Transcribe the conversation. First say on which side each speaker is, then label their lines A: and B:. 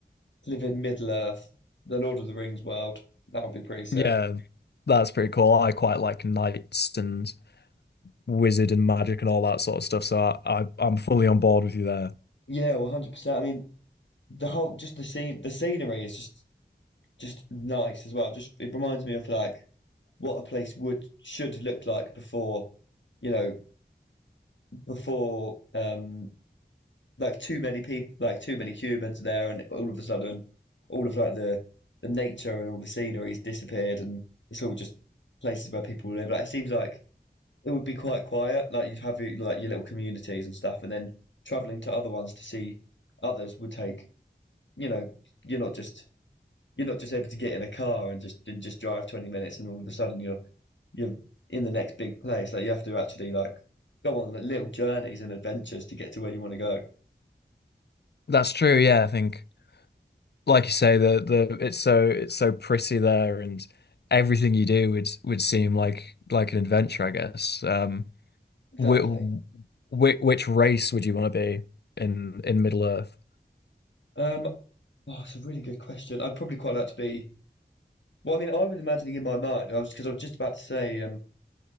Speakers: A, on the left; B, on the left.
A: to live in Middle Earth, the Lord of the Rings world. That would be pretty sick.
B: Yeah, that's pretty cool. I quite like knights and wizard and magic and all that sort of stuff. So I, I I'm fully on board with you there.
A: Yeah, one hundred percent. I mean, the whole just the scene the scenery is just just nice as well. Just it reminds me of like what a place would should look like before you know before um like too many people, like too many humans there, and all of a sudden, all of like the the nature and all the scenery's disappeared, and it's all just places where people live. Like it seems like it would be quite quiet. Like you'd have your, like your little communities and stuff, and then traveling to other ones to see others would take. You know, you're not just you're not just able to get in a car and just and just drive 20 minutes, and all of a sudden you're you're in the next big place. Like you have to actually like go on little journeys and adventures to get to where you want to go.
B: That's true. Yeah, I think. like you say, the the it's so it's so pretty there, and everything you do would would seem like like an adventure, I guess. Um,
A: Exactly.
B: which which race would you want to be in in Middle Earth?
A: Um, Oh, it's a really good question. I'd probably quite like to be. Well, I mean, I was imagining in my mind. I was because I was just about to say, um,